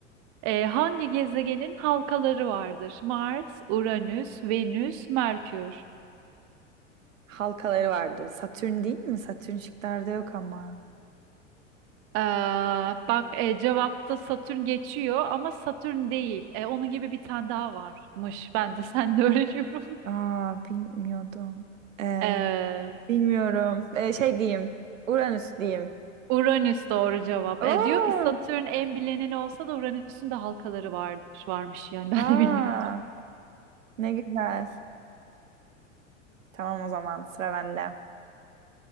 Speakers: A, on the right; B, on the right.
A: Ee, hangi gezegenin halkaları vardır? Mars, Uranüs, Venüs, Merkür.
B: Halkaları vardır. Satürn değil mi? Satürn şıklarda yok ama.
A: Ee, bak e, cevapta Satürn geçiyor ama Satürn değil. E, onun gibi bir tane daha varmış. <laughs> Ben de seninle <laughs> öğreniyorum.
B: Aa bilmiyordum. Ee,
A: Ee,
B: bilmiyorum. Ee, şey diyeyim. Uranüs diyeyim.
A: Uranüs doğru cevap.
B: Oo!
A: E, diyor ki Satürn en bilineni olsa da Uranüs'ün de halkaları vardır. Varmış yani ben
B: Aa,
A: de bilmiyorum.
B: ne güzel. Tamam o zaman sıra bende.